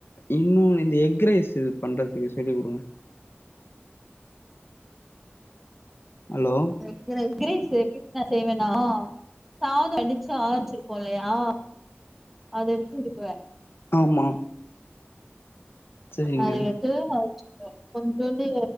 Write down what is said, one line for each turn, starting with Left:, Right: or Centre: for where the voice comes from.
Left: இன்னொன்னு இந்த எக் ரைசு பண்றதுக்கு சொல்லிக் குடுங்க hello
Centre: egg rice egg rice எப்படி நா செய்வேன்னா சாதோ அடிச்சு ஆர வெச்சிருக்கோ இல்லயா அத <unintelligible>
Left: ஆமா சரிங்க
Centre: அத விட்டு அடிச்சிட்டுக்குவ கொஞ்சோண்டு